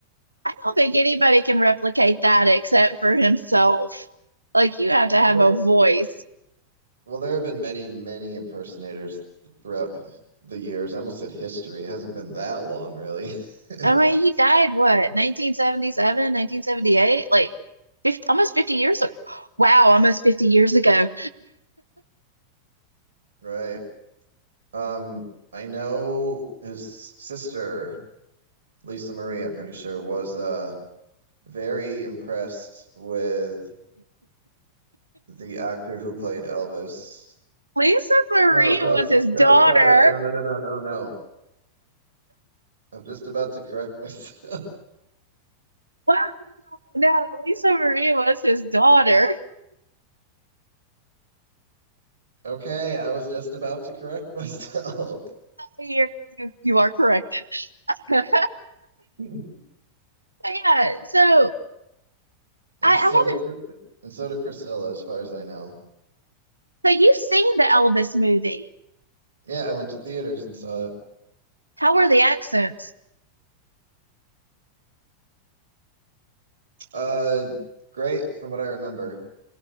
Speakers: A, on the right; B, on the right.
A: don't think anybody can replicate that except for himself. Like, you have to have
B: well, there,
A: a voice.
B: well, there have been many, many impersonators throughout the years. I almost said history. It hasn't been that long, really. <laughs>
A: I mean, he died what, 1977, 1978? Like, 50, almost 50 years ago. <gasps> Wow, almost 50 years ago.
B: right. Um, I know his sister, Lisa Marie, I'm pretty sure, was uh, very impressed with the actor who played Elvis.
A: Lisa Marie
B: No, no,
A: was his daughter.
B: no, sorry. No, no, no, no, no, no. I'm just about to correct myself. <laughs>
A: <laughs> Wow. No, Lisa Marie was his daughter.
B: Okay, I was just about to correct myself.
A: You're, you, you are corrected. <laughs> but
B: <laughs>
A: yeah, so
B: and
A: I, I
B: so
A: haven't.
B: did and so did Priscilla, as far as I know.
A: So you've seen the Elvis movie.
B: Yeah, I went to theaters and saw it.
A: How were the accents?
B: Uh, great from what I remember.